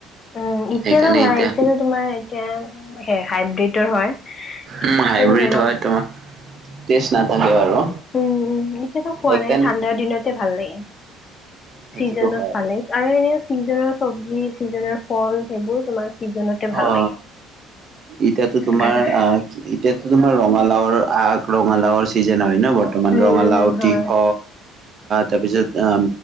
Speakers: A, on the left (about 30°); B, on the right (about 35°).
A: উম এতিয়াতো
B: সেইকাৰণে
A: নাই
B: এতিয়া
A: এতিয়াতো তোমাৰ এতিয়া হে হাইব্ৰীডৰ হয়
B: উম হাইব্ৰীড
A: ত' ইমান
B: হয় তোমাৰ টেষ্ট নাথাকে বাৰু
A: উম-উম এতিয়াতো খোৱা
B: সেইকাৰণে
A: নাই ঠাণ্ডাৰ দিনতে ভাল লাগে।
B: সেইটোতো
A: চিজনত
B: হয়
A: পালে আৰু এনে চিজনৰ চব্জি চিজনৰ ফল সেইবোৰ তোমাৰ ছিজনতে ভাল
B: অ,
A: লাগে
B: এতিয়াতো তোমাৰ
A: সেইকাৰণে
B: আহ এতিয়াতো তোমাৰ ৰঙালাওৰ আক ৰঙালাউৰ চিজন হয় ন বৰ্তমান
A: উম
B: ৰঙালাউ
A: উম হয়
B: তিহ তাৰপিছত